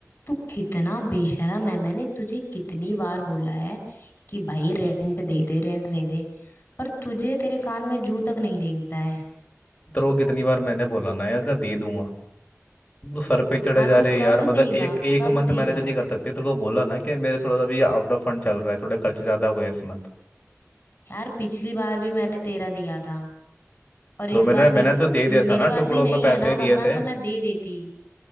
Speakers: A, on the left; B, on the left.
A: तू कितना बेशरम है मैंने तुझे कितनी बार बोला है कि भाई रेंट दे दे रेंट दे दे पर तुझे तेरे कान में जू तक नहीं रेंगता है
B: तो कितनी बार मैंने बोला ना यार का दे दूंगा तो सर पे चढ़े
A: हाँ
B: जा
A: तो
B: रहे
A: कब
B: यार मतलब
A: देगा
B: एक एक
A: कब
B: मंथ
A: देगा
B: मैनेज नहीं कर सकते तो तेरे को बोला ना कि मेरे थोड़ा सा भी आउट ऑफ फंड चल रहा है थोड़े खर्चे ज्यादा हो गए इस मंथ
A: यार पिछली बार भी मैंने तेरा दिया था और
B: तो
A: इस
B: मैंने
A: बार
B: मैंने
A: भी
B: तो दे दिया
A: मेरे
B: था ना
A: पास
B: टुकड़ों
A: भी नहीं
B: में पैसे
A: है ना
B: दिए
A: वरना
B: थे
A: तो मैं दे देती